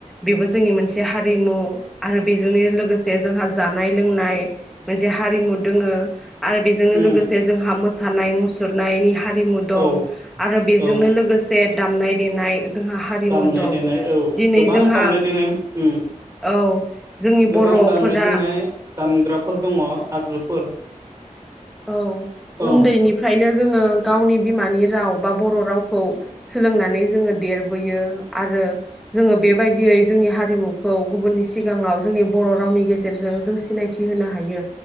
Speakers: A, in the centre; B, on the right (about 30°).
A: बेबो जोंनि मोनसे हारिमु आरो बेजोंनो लोगोसे जोंहा जानाय लोंनाय मोनसे हारिमु दोङो। आरो बेजोंनो
B: उम
A: लोगोसे जोंहा मोसा सानाय मुसुरनायनि हा रिमु दं,
B: औ
A: आरो बेजोंनो
B: औ
A: लोगोसे दामनाय देनाय जोंहा हारिमु
B: दामनाय
A: दं।
B: देनाय औ
A: दिनै
B: गोबां
A: जोंहा
B: दामनाय देनाय उम
A: औ जोंनि
B: गोबां
A: बर'फोरा
B: दामनाय देनाय
A: <inaudible>
B: दामग्राफोर दङ आगजुफोर
A: औ
B: औ
A: उन्दैनिफ्रायनो जोङो गावनि बिमानि राव बा बर' रावखौ सोलोंनानै जोङो देरबोयो आरो जोङो बेबायदियै जोंनि हारिमुखौ गुबुननि सिगाङाव जोंनि बर' रावनि गेजेरजों जों सिनायथि होनो हायो